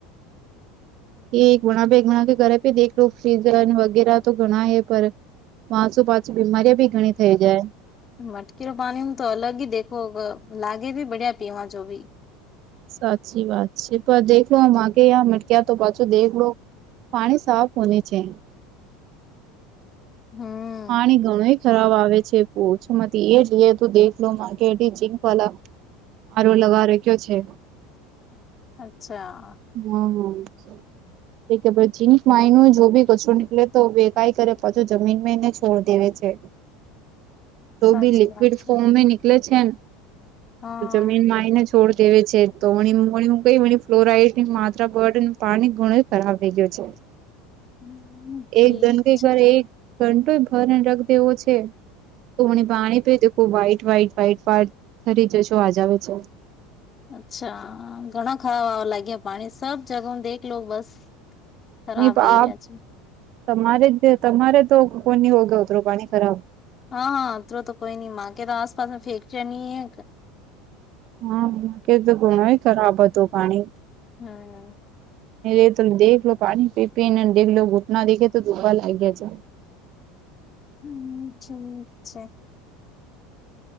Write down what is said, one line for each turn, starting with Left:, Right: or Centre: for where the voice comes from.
Right: એક વણા ભ એકણા કે ઘરે દેખડખ સીઝન વગેરે તો ઘણા એ પણ વાસુ પાછું બીમારી બી ઘણી થઈ જાય.
Left: મટકીનો પાણી તો અલગ હીદેખો લાગે ભી બઢિયા પીવા જો ભી
Right: સાચી વાત છે પ દેખો આગે યા મટક્યા તો પાછો દેખ લો પાણી સાફ હોને છે.
Left: હમ
Right: પાણી ઘણુંય ખરાબ આવે છે ઓછુંમાંથી એ જઈએ તો દેખલો માકેટ જિંકવાલા હારો લગાર કયો છે.
Left: અચ્છા
Right: હ હ એકે પછી કાઇનો એન જોભી કચરો નીકળે તો વે કઈ કરે પાછું જમીન એને છોડ દેવે છે. તો
Left: સાચી
Right: બી લિક્વિડ
Left: વાત છે
Right: ફોર્મ નીકળે છે
Left: હા
Right: ને જમીનમાં એનેજ છોડ દેવે છે તો <unintelligible> ફ્લોરાઈડ માત્રા <unintelligible> પાણી ધણો ખરાબ થઈ ગયો છે.
Left: હમ ઠીક
Right: એક ઘંટી
Left: છે
Right: ઘરે એક ઘંટો ભરને રખદેવો છે. તોણી પાણી પીતો ખૂબ વાઇટ વાઇટ વાાઈટ વાટ થરી જશો આજ આવે છે.
Left: ચ્છા ઘણા ખરાબ આવા લાગ્યા પાણી સબ જગહ દેખ લો બસ ખરાબ
Right: ની પ આપ
Left: એરિયા છે
Right: તમારે જ તમારે તો કોની ઓગાવતરો પાણી ખરાબ
Left: હાં અતરો તો કોઈ નઈ માકે તો આસપાસ ફેકચર નહી.
Right: હા કે તો ઘણોય ખરાબ હતો પાણી
Left: હમ
Right: એ તો દેખલો પાણી પી પીને ઘુટના દેખેતો ધુખા લાગ્યા છે
Left: હમ ઠીક છે.